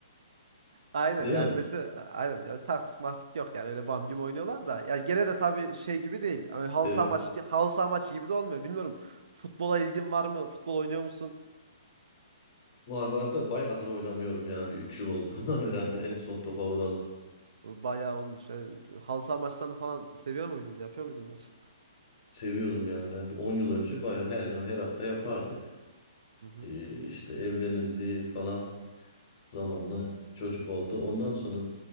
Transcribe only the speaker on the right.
Aynen
yani
mesela aynen ya taktik maktik yok yani öyle bam gibi oynuyorlar da ya gene de tabii şey gibi değil. Yani halı
saha maçı halı saha maçı gibi de olmuyor. Bilmiyorum futbola ilgin var mı? Futbol oynuyor musun?
Bayağı olmuş. Yani halı saha maçlarını falan seviyor muydun? Yapıyor muydun maç?
Hı hı.